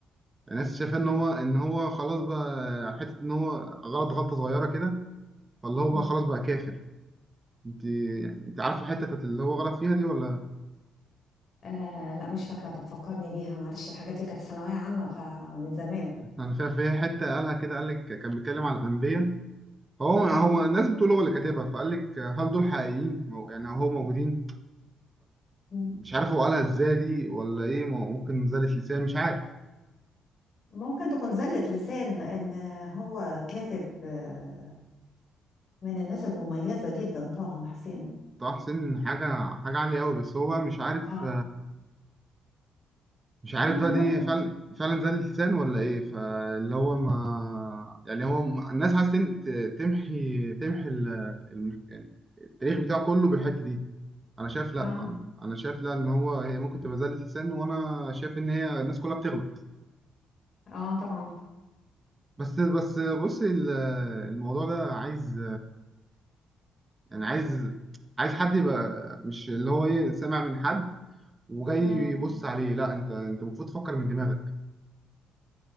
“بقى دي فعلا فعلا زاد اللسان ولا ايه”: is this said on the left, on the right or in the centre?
Right